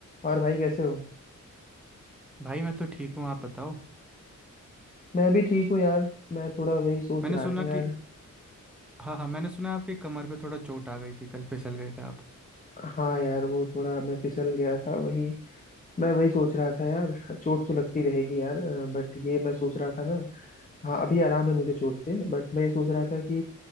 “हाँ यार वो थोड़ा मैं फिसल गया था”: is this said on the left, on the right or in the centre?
Left